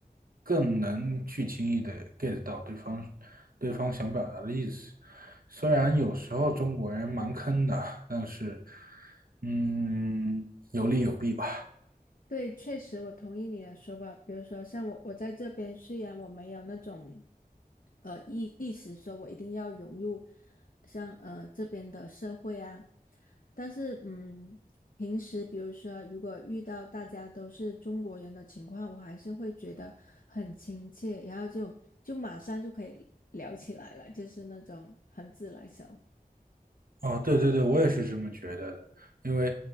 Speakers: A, on the right; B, on the left.
A: 更能去轻易的 get 到对方对方想表达的意思。虽然有时候中国人蛮坑的，但是，嗯，有利有弊吧。
B: 对，确实我同意你的说法。比如说，像我，我在这边虽然我没有那种，呃，意意识说我一定要融入像呃这边的社会啊，但是嗯，平时比如说如果遇到大家都是中国人的情况，我还是会觉得很亲切，然后就就马上就可以聊起来了，就是那种很自来熟。
A: 哦，对对对，我也是这么觉得的，因为，